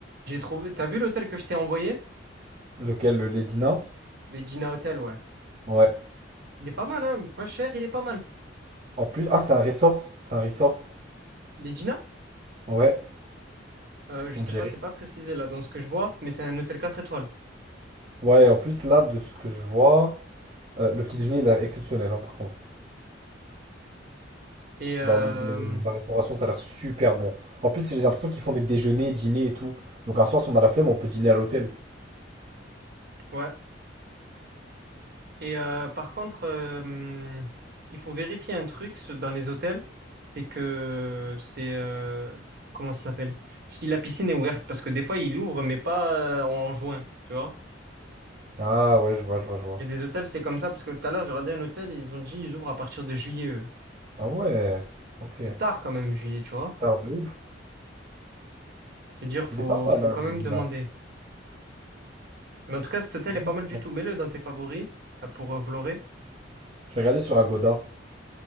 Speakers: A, on the right (about 60°); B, on the right (about 40°).
A: J'ai trouvé. T'as vu l'hôtel que je t'ai envoyé?
B: Lequel, le Ledina?
A: l'Edina Hotel, ouais.
B: Ouais.
A: Il est pas mal, hein? Pas cher, il est pas mal.
B: En plus, ah, c'est un resort. C'est un resort.
A: l'Edina
B: Ouais,
A: Euh, je
B: on
A: sais
B: dirait.
A: pas, c'est pas précisé là dans ce que je vois, mais c'est un hôtel quatre étoiles.
B: Ouais, en plus, là, de ce que je vois, euh, le petit déjeuner, il est exceptionnel, hein, par contre.
A: Et euh,
B: Genre, le- le- la restauration, ça a l'air super bon. En plus, j'ai l'impression qu'ils font des déjeuners, dîners et tout. Donc, un soir, si on a la flemme, on peut dîner à l'hôtel.
A: ouais. Et euh, par contre, euh, il faut vérifier un truc ce- dans les hôtels, c'est que c'est euh, comment ça s'appelle? Si la piscine est ouverte, parce que des fois ils l'ouvrent, mais pas euh, en juin, tu vois?
B: Ah, ouais, je vois, je vois, je vois.
A: Il y a des hôtels, c'est comme ça, parce que tout à l'heure j'ai regardé un hôtel, ils ont dit ils ouvrent à partir de juillet. eux.
B: Ah, ouais, ok. C'est
A: C'est tard quand même, juillet, tu vois?
B: un de ouf.
A: C'est-à-dire, faut,
B: Il est pas mal,
A: faut
B: hein,
A: quand même
B: le Ledina.
A: demander. Mais en tout cas, cet hôtel
B: Vraiment
A: est pas
B: pas
A: mal du
B: mal.
A: tout. Mets-le dans tes favoris euh, pour euh, Vloré.
B: Je vais regarder sur Agoda.